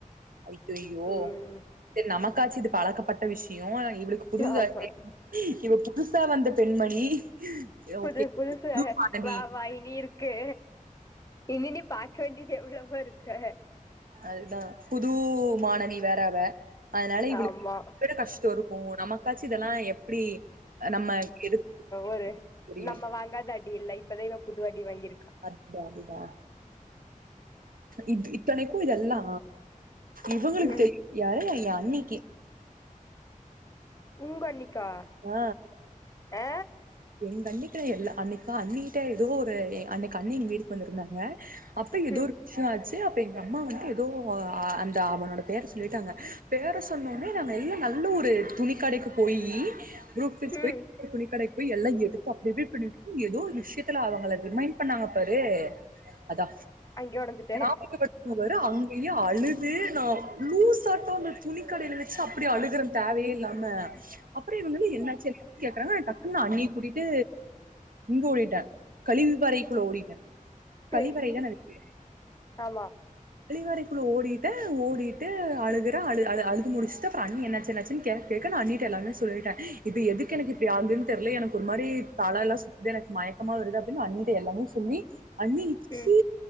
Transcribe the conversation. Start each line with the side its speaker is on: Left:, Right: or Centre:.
Right: ஐயய்யோ
Left: ம்
Right: சரி நமக்காச்சிது பழக்கப்பட்ட விஷியோ இவளுக்கு புதுசா
Left: ஆமா
Right: இவ புதுசா தா அந்த பெண்மணி
Left: புது
Right: ஓகே
Left: புதுசு
Right: புது மாணவி
Left: வா வா இனி இருக்கு இனி நி பா க்க வேண்டிது எவ்வளவோ இருக்கு
Right: அதுதா புதூ மாணவி வேற அவ அதுனால இவளுக்
Left: ஆமா
Right: விட கஷ் தோருக்கு நமக்காச்சி இதெல்லா எப்டி நம்ம எடுத்து
Left: ஒரு
Right: புரியும்
Left: நம்ம வாங்காத அடி இல்ல இப்பதா இவ பு து அடி வாங்கி
Right: அத்தா அதுதா இத் இத்தனைக்கு இதெல்லா இவங்களுக்கு
Left: ம்
Right: தெரியு யாரு அய்யா அண்ணிக்கி
Left: உங்கண்ணி கா
Right: ஆ
Left: ஆ
Right: எங்க அண்ணிக்கு எல்லா அன்னைக்கா அண்ணிட்ட எதுவோ ஒரு எ அன்னைக்கு அண்ணி எங்க வீட்டுக்கு வந்திருந்தாங்க அப்ப ஏதோ
Left: ம்
Right: ஒரு விஷ்யோ ஆச்சு தே அப்டிங்றா எங்க அம்மா வந்துட்டு ஏதோ ஆ அந்த அவனோட பேர சொல்லிட்டாங்க பேர சொன்னோனே நாங்க எல்லா நல்ல ஒரு துணிக்கடைக்கு போயி புரூக் ஃபீல்ட்ஸ்
Left: ம்
Right: போய் துணிக்கடை போய் எல்லா எடுத்து <unintelligible> ஏதோ ஒரு விஷ்யத்துல அவங்கள ரிமைண்ட் பண்ணாங்க பாரு அதா
Left: அங்கயே ஒடஞ்சுட்டே
Right: ஞாபகப்படுத்து பாரு அங்க ய்யா அழுது நா லூஸாட்டோ அந்த துணி கடைல வெச்சு அப்டி அழுகுறே தேவையே இல்லாம அப்புறோ இவுங்க எல்லா என்னாச்சு எ கேக்கறாங்க ஆ டக் னு அண்ணிய கூட்டிட்டு இங்க ஓடிட்டே கழிவு பாறைகுள்ள ஓடிட்டே
Left: சேரி
Right: கழிவறைதானே அதுக்கு பேரு
Left: ஆமா
Right: கழிவறைக்குள்ள ஓடிட்டே ஓடிட்டு அழுகுற அழு அழு அழுது முடிச்சுட்டு அப்பற அண்ணி என்னாச்சு என்னாச்சுனு கேக்க கேக்க நா அண்ணிட்ட எல்லாமே சொல்டே இது எதுக்கு எனக்கு இப்டி ஆகுதுன்னு தெர்ல எனக்கு ஒரு மாரி தலலா சுத்து எனக்கு மயக்கமா வருது அப்டின்னு அண்ணிட்ட எல்லாமே சொல்லி அண்ணி ச்சி
Left: ம்